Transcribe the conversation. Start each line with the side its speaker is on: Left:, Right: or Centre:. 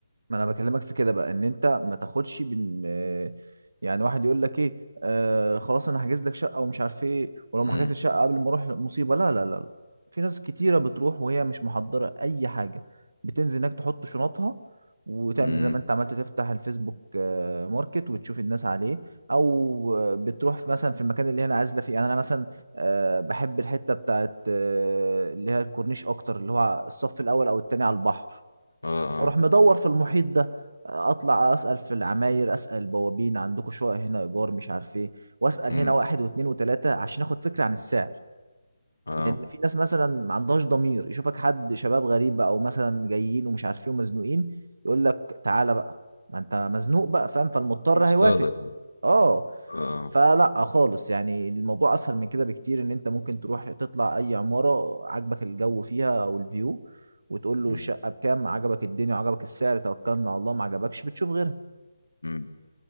Right: ما انا بكلمك في كده بقى ان انت ما تاخدش بن آه، يعني واحد يقول لك ايه آه خلاص انا هحجز لك شقه ومش عارف ايه ولو
Left: امم
Right: ما حجزتش الشقه قبل ما اروح مصيبه لا لا لا لا في ناس كتيره بتروح وهي مش محضره اي حاجه بتنزل هناك تحط شنطها وتعمل
Left: امم
Right: زي ما انت عملت تفتح الفيسبوك آه، ماركت وتشوف الناس عليه او آه، بتروح في- مثلا في المكان اللي هي انا عازله فيه يعني انا مثلا آه، بحب الحته بتاعت آه، اللي هي الكورنيش اكتر اللي هو الصف الاول او التاني على البحر
Left: اه اه
Right: اروح مدور في المحيط ده اطلع اسال في العماير اسال البوابين عندكم شقق هنا ايجار مش عارف ايه واسال
Left: امم
Right: هنا واحد واثنين وثلاثه عشان اخد فكره عن السعر
Left: اه
Right: لان في ناس مثلا ما عندهاش ضمير يشوفك حد شباب غريب بقى او مثلا جايين ومش عارف ايه ومزنوقين يقول لك تعالى بقى ما انت مزنوق بقى فاهم فالمضطر
Left: بيصطادك
Right: هيوافق اه
Left: اه
Right: فلا خالص يعني الموضوع اسهل من كده بكتير ان انت ممكن تروح تطلع اي عمارة عجبك الجو فيها او الفيو وتقول له
Left: امم
Right: الشقة بكام عجبك الدنيا وعجبك السعر توكلنا على الله ما عجبكش بتشوف غيرها
Left: امم